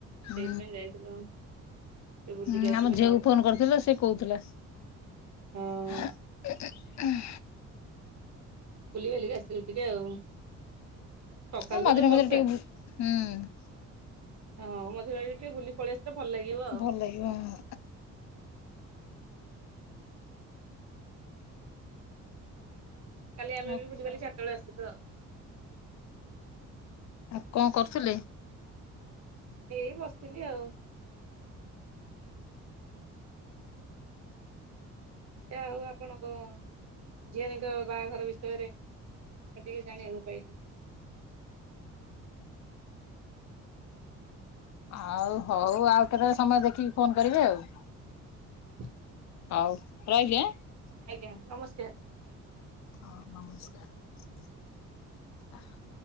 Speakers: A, on the left; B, on the right.
A: ହୁଁ
B: ସେଇଥିପାଇଁ ଯାଇଥିଲୁ ଟିକେ ବୁଲିକି
A: ହଁ
B: ଆସିଲୁ
A: ଆମ ଝିଅକୁ
B: ଆଉ।
A: ଫୋନ କରିଥିଲ ସେ କହୁଥିଲା।
B: ହଁ
A: ଉହ୍।
B: ବୁଲି ବଲିକି ଆସିଲୁ ଟିକେ ଆଉ। ସକାଳ
A: ହଁ ମଝିରେ
B: ତ ଯୋଉ ବର୍ଷା
A: ମଝିରେ ଟିକେ ହୁଁ। ହୁଁ।
B: ହଁ ମଝିରେ ମଝିରେ ଟିକେ ବୁଲି ପଳେଇ ଆସିଲେ। ତେ ଭଲ ଲାଗିବ ଆଉ।
A: ଭଲ ଲାଗିବ ହଁ।
B: କାଲି ଆମ
A: ଆଉ
B: ବି ବୁଲି ବାଲିକି ଚାରିଟାରେ ଆସିଲୁ। ଥିଲୁ ଆଉ।
A: ଆଉ କଣ କରୁଥିଲେ?
B: ଏଇ ବସିଥିଲି ଆଉ। ଯା ହଉ ଆପଣଙ୍କ ଝିଅରୀଙ୍କ ବାହାଘର ବିଷୟରେ ଆମେ ଟିକେ ଜାଣିବାକୁ ପାଇଲୁ।
A: ଆଉ ହଉ ଆଉ କେତେବେଳେ ସମୟ ଦେଖିକି ଫୋନ କରିବ ଆଉ।
B: ହ
A: ହଉ ରହିଲି ଆ।
B: ଆଜ୍ଞା ନମସ୍କାର।
A: ହଁ ନମସ୍କାର। ଆହା।